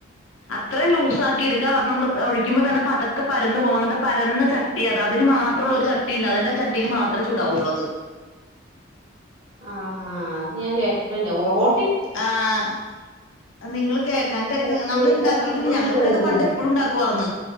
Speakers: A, on the left; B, on the right.
A: അത്രയും ലൂസ് ആാക്കി എടുക്കാ നമ്മള് ഒഴി കിക്കുമ്പോ തന്നെ പതക്കെ പരന്നു പോകും അങ്ങനത്തെ പരന്ന ചട്ടി അത് അതിന് മാത്രം ഉള്ള ഒരു ചട്ടിയുണ്ട് അതിന്റെ ആ ചട്ടിയിൽ മാത്രം ചൂടാവുള്ളത്
B: ആഹ അത് ഞാൻ കേട്ടിട്ടില്ല റോ
A: ആഹ നിങ്ങൾ കേൾക്കാനൻായിരിക്കും
B: പക്ഷെ
A: നമ്മള്
B: ഇതാ
A: ഉണ്ടാക്കിയിട്ടുണ്ട്
B: സംഭവംന്ന്
A: ഞങ്ങള
B: എനിക്കറിയത്തില്ലായിരുന്നു
A: ഇവിടെയക്കെ പണ്ട് എപ്പോഴും ഉണ്ടാക്കുവാര്ന്ന്